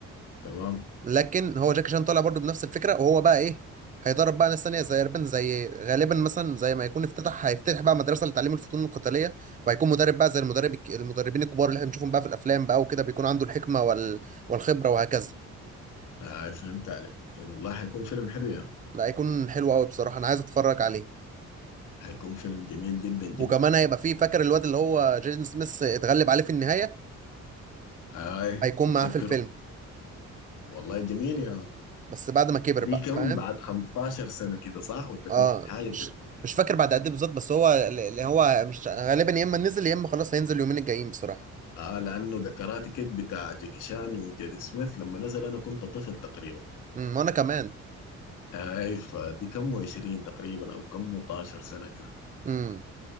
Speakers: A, on the left; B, on the right.
A: تمام
B: لكن هو جاكي شان طالع برضو بنفس الفكره وهو بقى ايه هيدرب بقى ناس تانية زي اربن زي غالبا مثلا زي ما يكون افتتح هيفتتح بقى مدرسه لتعليم الفنون القتاليه وهيكون مدرب بقى زي المدرب الك- المدربين الكبار اللي احنا بنشوفهم بقى في الافلام بقى وكده بيكون عنده الحكمه وال... والخبره وهكذا
A: آه فهمت عليك فهم والله حيكون فيلم حلو يا مان.
B: لا هيكون حلو قوي بصراحه انا عايز اتفرج عليه
A: حيكون فيلم جميل جدا جدا
B: وكمان هيبقى فيه فاكر الواد اللي هو جيدن سميث اتغلب عليه في النهايه
A: اي
B: هيكون
A: متذكره
B: معاه في الفيلم
A: والله جميل يا مان.
B: بس بعد ما كبر
A: دي
B: بقى
A: كم
B: فاهم
A: بعد 15 سنة كده صح ولا
B: اه
A: كم حاجة
B: مش
A: كده
B: مش فاكر بعد قد ايه بالظبط بس هو اللي هو مش غالبا يا اما نزل يا اما خلاص هينزل اليومين الجايين بصراحه
A: اه لأنه ده كاراتي كيد بتاع جاكي شان وجيري سميث لما نزل أنا كنت طفل تقريبا
B: امم وانا كمان
A: اي فدي كم و20 تقريبا أو كم و12 سنة كده
B: امم